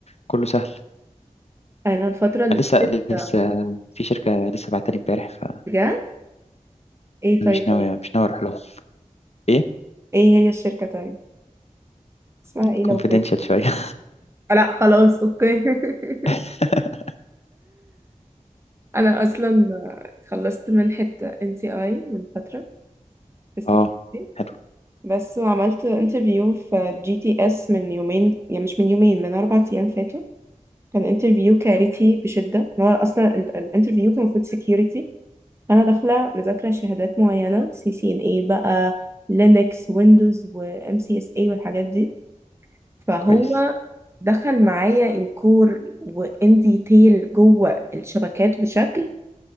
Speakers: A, on the left; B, on the right.
A: كله سهل
B: انا الفتره اللي
A: أنا
B: فاتت
A: لسه لسه
B: آه،
A: في شركة لسه بعتني امبارح
B: بجد ايه
A: فمش
B: طيب
A: ناوي مش ناوي أروح لهم إيه؟
B: ايه هي الشركه طيب اسمها ايه
A: كونفيدنشال
B: لو فاكر
A: شوية
B: لا خلاص اوكي <laughs>
A: <laughs>
B: انا اصلا خلصت منحة ان تي اي من فترة في السكيورتي
A: أه حلو.
B: بس وعملت انترفيو في جي تي اس من يومين يعني مش من يومين من اربع ايام فاتوا كان انترفيو كارثي بشدة إن هو اصلا ال- الانترفيو كان المفروض سكيورتي انا داخلة مذاكرة شهادات معينة سي سي ان اي بقى لينكس ويندوز وام سي اس اي والحاجات دي فهو
A: كويس
B: دخل معايا انكور وان ديتيل جوه الشبكات بشكل